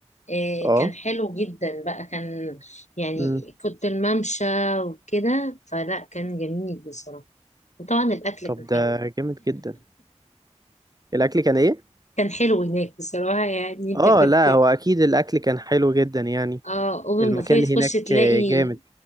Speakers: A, on the left; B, on the right.
A: إيه
B: اه
A: كان حلو جدا بقى كان يعني
B: امم
A: كنت الممشى وكده فلا كان جميل بصراحة وطبعا الأكل
B: طب
A: كان
B: ده
A: حلو
B: جامد جدا الأكل كان ايه؟
A: كان حلو هناك بصراحة يعني انت
B: اه
A: كنت
B: لا هو أكيد الأكل كان حلو جدا يعني
A: اه اوبن
B: المكان
A: بوفيه تخش
B: هناك
A: تلاقي
B: آه، جامد